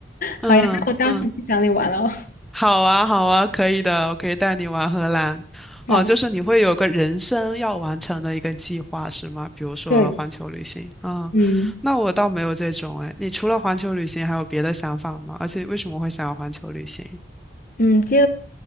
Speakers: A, in the centre; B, on the left.
A: 嗯嗯。
B: 好呀，那我到时去找你玩哦。<laughs>
A: 好啊，好啊，可以的，我可以带你玩荷兰。
B: 好，
A: 哦，就是你会有个人生要完成的一个计划是吗？比如说环球旅行啊，
B: 对，嗯
A: 那我倒没有这种哎。你除了环球旅行还有别的想法吗？而且为什么会想要环球旅行？
B: 嗯，就